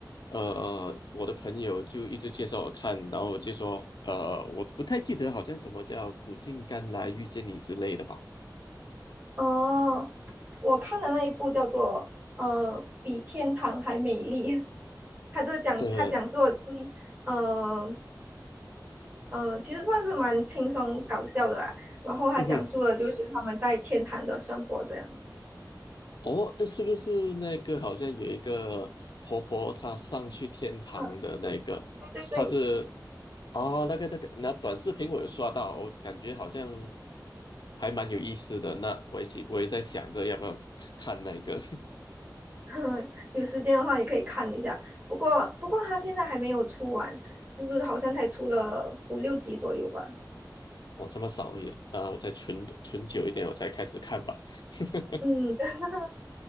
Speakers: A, on the left; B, on the right.
A: 呃，我的朋友就一直介绍我看，然后我就说，呃，我不太记得，好像什么叫《苦尽甘来遇见你》之类的吧，
B: 哦，我看的那一部叫做呃《比天堂还美丽》，<laughs> 它就讲它讲述的就是
A: 呃，<laughs>
B: 呃呃，其实算是蛮轻松搞笑的啦。然后它讲述的就是他们在天堂的生活这样。
A: 嗯哼。哦，诶是不是那个好像有一个婆婆，她上去天堂的那个，
B: 嗯，对对对。
A: 她是哦，那个那个，那短视频我有刷到，我感觉好像还蛮有意思的。那我也起我也在想着要不要看那个，
B: <laughs> 有时间的话，你可以看一下。不过，不过他现在还没有出完，就是好像才出了五六集左右吧。
A: <laughs> 我这么少也啊，我再存存久一点，我才开始看吧。<laughs>
B: 嗯，对，<laughs>